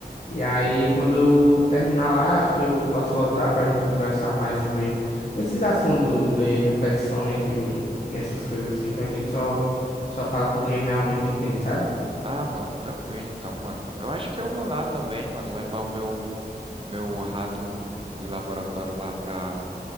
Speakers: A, on the left (about 45°); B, on the right (about 35°).
A: E aí, quando eu terminar lá, acho que eu posso voltar pra gente conversar mais sobre esses assuntos de reflexões e essas coisas assim, que a gente só, só fala com quem realmente entende, sabe?
B: Ah, mano, tranquilo então, mano. Eu acho que eu vou lá também, mano, levar o meu, meu rato de laboratório lá pra